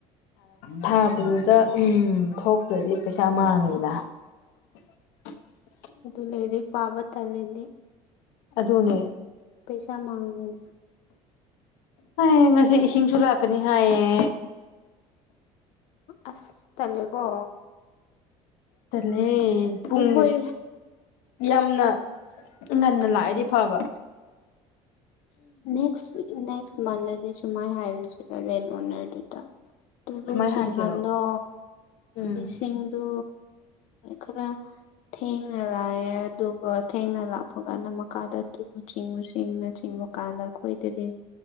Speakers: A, on the left; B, on the left.
A: ꯊꯥꯕꯗꯨꯗ ꯎꯝ ꯊꯣꯛꯇ꯭ꯔꯗꯤ ꯄꯩꯁꯥ ꯃꯥꯡꯉꯤꯗ <inaudible>
B: ꯑꯗꯨ ꯑꯗꯨ ꯂꯩꯔꯤꯛ ꯄꯥꯕ ꯊꯂꯦꯗꯤ
A: ꯑꯗꯨꯅꯦ
B: ꯄꯩꯁꯥ ꯃꯥꯡꯕꯅꯦ
A: ꯍꯥꯏꯌꯦ ꯉꯁꯤ ꯏꯁꯤꯡꯁꯨ ꯂꯥꯛꯀꯅꯤ ꯍꯥꯏꯌꯦ
B: ꯑꯁ ꯇꯥꯂꯦꯀꯣ
A: ꯇꯂꯦ ꯄꯨꯡ
B: ꯑꯩꯈꯣꯏ
A: ꯌꯥꯝꯅ ꯉꯟꯅ ꯂꯥꯛꯑꯗꯤ ꯐꯕ
B: ꯅꯦꯛꯁ ꯅꯦꯛꯁ ꯃꯟꯗꯗꯤ ꯁꯨꯃꯥꯏꯅ ꯍꯥꯏꯔꯨꯁꯤꯔ ꯔꯦꯟ ꯑꯣꯅꯔꯗꯨꯗ ꯇꯨꯂꯨ
A: ꯀꯃꯥꯏ
B: ꯆꯤꯡꯍꯜꯂꯣ
A: ꯍꯥꯏꯁꯤꯔꯣ ꯎꯝ
B: ꯏꯁꯤꯡꯗꯨ ꯈꯔ ꯊꯦꯡꯅ ꯂꯥꯛꯑꯦ ꯑꯗꯨꯒ ꯊꯦꯡꯅ ꯂꯥꯛꯄ ꯀꯥꯟꯗ ꯃꯈꯀꯥꯗ ꯇꯨꯂꯨ ꯆꯤꯡꯕ ꯆꯁꯤꯡꯅ ꯆꯤꯡꯕ ꯀꯥꯟꯗ ꯑꯩꯈꯣꯏꯗꯗꯤ